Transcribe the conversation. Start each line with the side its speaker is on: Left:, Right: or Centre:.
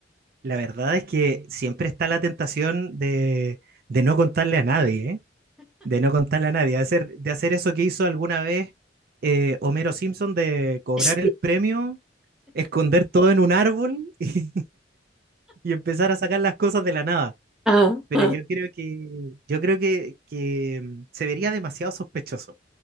Right: La verdad es que siempre está la tentación de, de no contarle a nadie, ¿eh? De no contarle a nadie, de hacer, de hacer eso que hizo alguna vez eh, Homero Simpson de cobrar
Centre: Sí.
Right: el premio, esconder todo en un árbol <laughs> y, y empezar a sacar las cosas de la nada.
Centre: Ah,
Right: Pero
Centre: ah,
Right: yo creo que, yo creo que, que mm, se vería demasiado sospechoso.